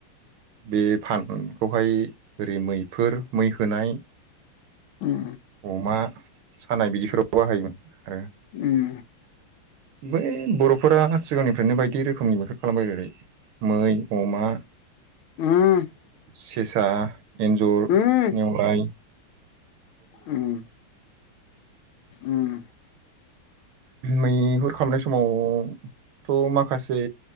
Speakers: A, on the right; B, on the left.
A: बे फानखौहाय ओरै मैफोर मै होनाय
B: उम
A: अमा सानाय बिदिफोराव बाहायोमोन आरो।
B: उम
A: बै बर'फोरा सिगांनिफ्रायनो बायदि रोखोमनि मैहुर खालामबायबायो जेरै मै अमा
B: उम
A: सेसा एन्जर
B: उम
A: नेउलाइ।
B: उम उम।
A: मैहुर खालामनाय समाव थ' माखासे